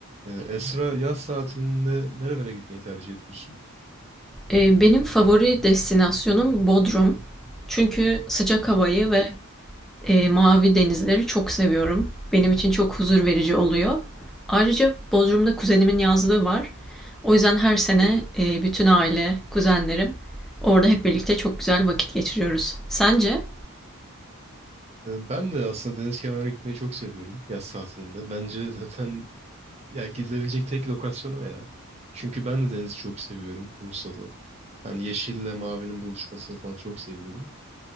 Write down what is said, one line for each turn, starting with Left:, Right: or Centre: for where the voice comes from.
Right: Ee, Esra yaz tatilinde nerelere gitmeyi tercih ediyorsun?
Centre: Ee, benim favori destinasyonum Bodrum. Çünkü sıcak havayı
Right: Hı.
Centre: ve eee, mavi denizleri çok seviyorum. Benim için çok huzur verici oluyor. Ayrıca Bodrum'da kuzenimin yazlığı var. O yüzden her sene eee, bütün aile, kuzenlerim orada hep birlikte çok güzel vakit geçiriyoruz. Sence?
Right: Ee, Ben de aslında deniz kenarına gitmeyi çok seviyorum yaz tatilinde. Bence zaten ya gidilebilecek tek lokasyon o ya. Çünkü ben de denizi çok seviyorum, kumsalı. Hani yeşille mavinin buluşmasını falan çok seviyorum.